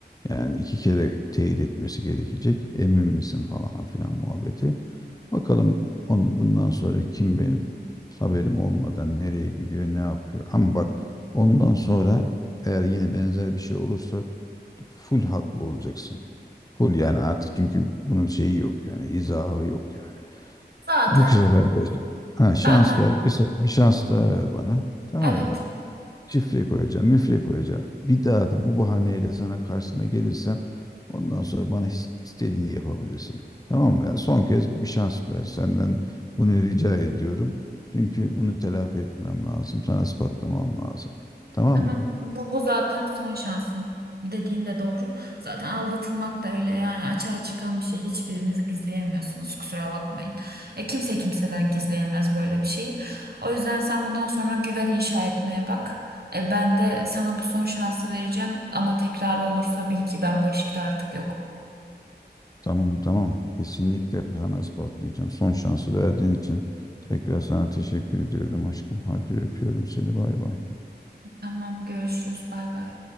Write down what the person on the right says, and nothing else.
Zaten
zaten
evet
tamam
bu, bu zaten son şansın dediğin de doğru. Zaten aldatılmak da öyle yani açığa çıkan bir şey. Hiçbiriniz gizleyemiyorsunuz kusura bakmayın. E, kimse kimseden gizleyemez böyle bir şeyi. O yüzden sen bundan sonra güven inşa etmeye bak. E, ben de sana bu son şansı vereceğim ama tekrar olursa bil ki ben bu ilişkide artık yok.
Tamam görüşürüz bay bay.